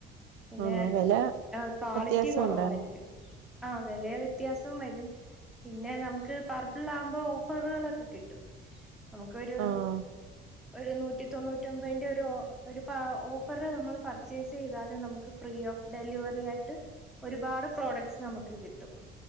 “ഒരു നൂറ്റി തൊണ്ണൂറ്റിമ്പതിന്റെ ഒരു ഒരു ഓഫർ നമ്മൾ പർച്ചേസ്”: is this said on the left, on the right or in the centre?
Centre